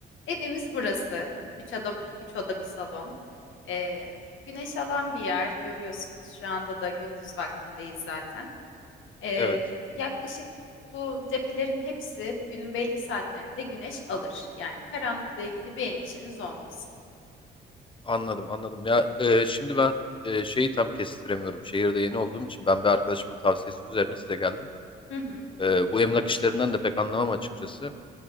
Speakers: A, on the left (about 80°); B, on the left (about 25°).
A: Evimiz burası. Üç oda, üç oda bir salon. Ee, güneş alan bir yer görüyorsunuz. Şu anda da gündüz vaktindeyiz zaten. Ee,
B: Evet,
A: yaklaşık bu cephelerin hepsi günün belli saatlerinde güneş alır. Yani karanlıkla ilgili bir endişeniz olmasın.
B: anladım, anladım. Ya e, şimdi ben e, şeyi tam kestiremiyorum. Şehirde yeni olduğum için ben bir arkadaşımın tavsiyesi üzerine size geldim.
A: Hı hı,
B: E, bu emlak işlerinden de pek anlamam açıkçası.